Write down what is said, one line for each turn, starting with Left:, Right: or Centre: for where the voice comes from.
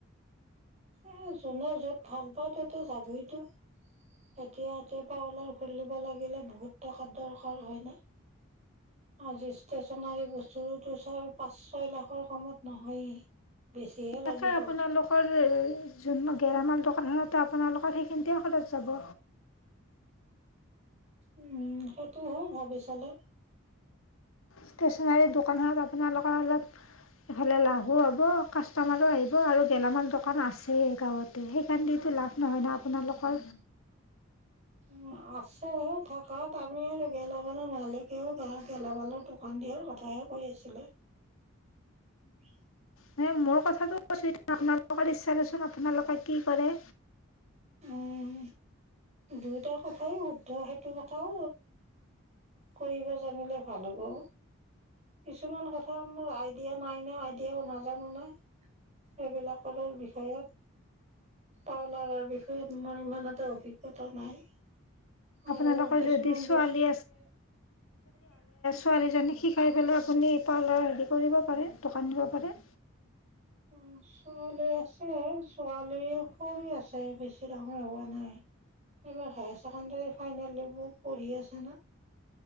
Right: এই যোনে য'ত ভাল পায় তাতটো যাবইতো, এতিয়া এতিয়া পাউলাৰ খুলিব লাগিলে বহুত টকাৰ দৰকাৰ হয় না। আজি ষ্টেৰচনাৰী বস্তুতো চ'ব পাঁচ ছয় লাখৰ কমত নহয়েই। বেছিহে লাগিব
Left: তাতে আপোনালোকৰ যে যোন গেৰামাল দোকা সাধাৰতে আপোনালোকৰ সেইখিনিতে খৰছ যাব।
Right: উম, সেইটো হয় ভাবি চালে।
Left: ষ্টেচনাৰীৰ দোকান খনত আপ আপোনালোকৰ অলপ হ'লে লাভো হ'ব কাষ্টমাৰো আহিব আৰু গেলামাল দোকান আছেই গাঁৱতে সেইখন দি টোৰ লাভ নহয় আপোনালোকৰ না।
Right: উম, উম আছে থকাত আমি আৰু গেলামালৰ মালিকেও গাওঁত গেলামালৰ দোকান দিয়াৰ কথাহে কৈ আছিলে। <unintelligible>
Left: মানে মোৰ কথাটো কৈছোঁ। এতিয়া আপোনালোকৰ ইচ্ছা দেচোন আপো আপোনালোকে কি কৰে?
Right: উম, দুয়োটা কথাই শুদ্ধ, সেইটো কথাও কৰিব জানিলে ভাল হ'ব, কিছুমান কথা মোৰ আইডিয়া নাই না। এতিয়াও নাজানো নে? এইবিলাকৰ বিষয়ত। পাউলাৰৰ বিষয়ত মোৰ ইমান এটা অভিজ্ঞতা নাই
Left: আপোনালোকৰ
Right: আৰু কিছুমান
Left: যদি ছোৱালী
Right: বস্তু।
Left: ছোৱালী জনিক শিকাই পেলাই আপুনি পাৰ্লাৰ ৰেদি কৰিব পাৰে দোকান দিব পাৰে।
Right: অঁ ছোৱালী আছে ছোৱালী সৰু আছে বেছি ডাঙৰ হোৱা নাই, এইবাৰ হায় চকেণ্ডাৰী ফাইনেল দিব পঢ়ি আছে না।